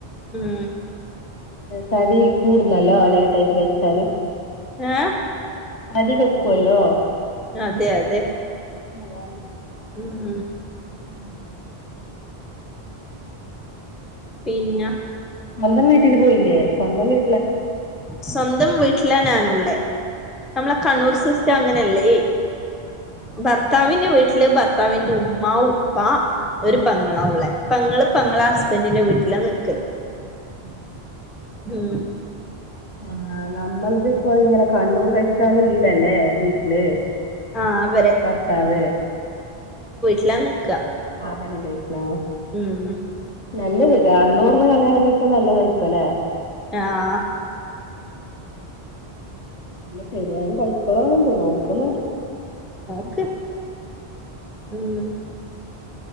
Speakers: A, in the centre; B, on the left (about 45°).
A: ഉം
B: തടി കൂടുന്നല്ലോ അല <unintelligible> കഴച്ചല്
A: ഏ
B: നടി വെക്കുവല്ലോ
A: അതെ അതെ
B: അതാണ്
A: ഉം
B: ഉം
A: പിന്നെ
B: സ്വന്തം വീട്ടില് പോയില്ലേ തന്ന വി
A: സ്വന്തം വീട്ടില ഞാനുള്ളേ നമ്മളെ
B: അതെയോ?
A: കണ്ണൂർ സിസ്റ്റ അങ്ങനെ ല്ലേ
B: ആ.
A: ഭർത്താവിന്റെ വീട് അല്ലെ ഭർത്താവിന്റെ ഉമ്മ ഉപ്പാ ഒരു പെങ്ങള ഉള്ളേ പെങ്ങള് പെങ്ങളെ ഹസ്ബൻഡിന്റെ വീട്ടിലാ നിക്കല്
B: ആ
A: ഉം
B: ആ നമ്മള്ത് ഇപ്പോ ഇങ്ങനെ കണ്ണൂർ കഴിച്ചാല് ഈടല്ലേ വീട്ടില്
A: ആഹ് അവരെ
B: ഭർത്താവ്
A: ല്ല നിക്ക
B: ആഹ പെണ്ണിന്റെ വീട്ടിലാ
A: ഉം
B: നല്ലത് താ കണ്ണൂറിന് കല്യാണം കഴിച്ചാ നല്ലതായിരിക്കും അല്ലെ
A: ആഹ
B: അല്ല ശരിയായും <unintelligible> നോക്കുന്നുണ്ട്
A: നോക്ക് ഉം